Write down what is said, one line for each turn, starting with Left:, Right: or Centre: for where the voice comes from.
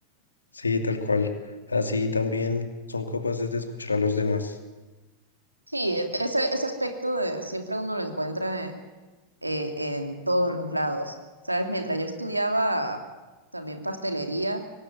Left: sí, tal cual. Así
Right: Eh,
Left: también son capaces de escuchar a los demás.
Right: Sí, e- ese, ese aspecto de, siempre uno lo encuentra eh, eh, en todos los lados. ¿Sabes? Mientras yo estudiaba también pastelería,